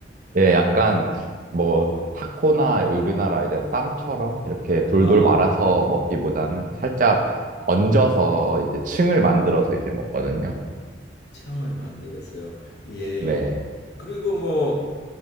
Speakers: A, on the right; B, on the left.
A: 예, 약간 뭐 타코나 우리나라 이제 쌈처럼 이렇게 돌돌
B: 아,
A: 말아서 먹기보다는 살짝 얹어서 이제 층을 만들어서 이제 먹거든요.
B: 청을 만들어서요. 예, 예.
A: 네.
B: 그리고 뭐